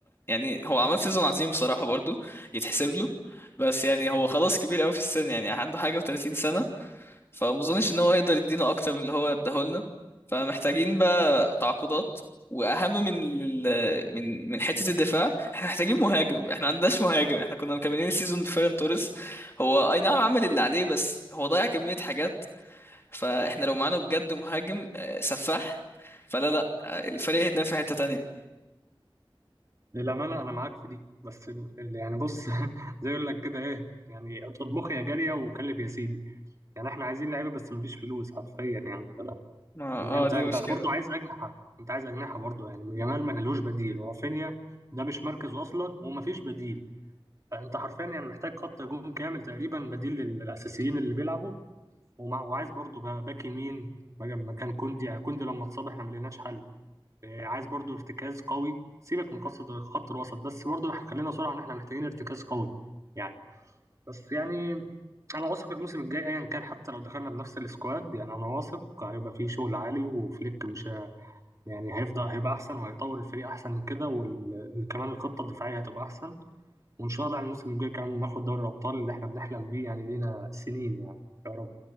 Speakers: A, on the left (about 25°); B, on the right (about 35°).
A: يعني هو عمل سيزون عظيم بصراحه برضو يتحسب له بس يعني هو خلاص كبير قوي في السن يعني عنده حاجه و30 سنه فما اظنش ان هو يقدر يدينا اكتر من اللي هو اداهولنا فمحتاجين بقى تعاقدات واهم من ال... من من حته الدفاع احنا محتاجين مهاجم احنا ما عندناش مهاجم احنا كنا مكملين السيزون بفيران توريس هو اي نعم عمل اللي عليه بس هو ضيع كميه حاجات فاحنا لو معانا بجد مهاجم آه، سفاح فلا لا آه، الفريق هيتنافس في حته تانية
B: للأمانة أنا معاك في دي بس ال- ال- يعني بص <laughs> زي يقول لك كده إيه يعني اطبخ يا جارية وكلف يا سيدي يعني إحنا عايزين لعيبة بس مفيش فلوس حرفيا يعني فلا.
A: ما
B: أنت
A: اه دي
B: أنت
A: مشكله
B: برضو عايز أجنحة أنت عايز أجنحة برضو يعني جمال ما لهوش بديل ورافينيا ده مش مركزه أصلا ومفيش بديل فأنت حرفيا يعني محتاج خط هجوم كامل تقريبا بديل لل- للأساسيين اللي بيلعبوا ومع وعايز برضو باك يمين مكان كوندي يعني كوندي لما اتصاب إحنا ما لقيناش حل آه، عايز برضو ارتكاز قوي سيبك من قصة خط الوسط بس برضو خلينا صراحة ان احنا محتاجين ارتكاز قوي يعني بس يعني انا واثق الموسم الجاي ايا كان حتى لو دخلنا بنفس السكواد يعني انا واثق هيبقى فيه شغل عالي وفليك مش ه- يعني هيفضل هيبقى احسن وهيطور الفريق احسن من كده وكمان الخطة الدفاعية هتبقى احسن وان شاء الله يعني الموسم الجاي كمان ناخد دوري الابطال اللي احنا بنحلم بيه يعني لينا سنين يعني يا رب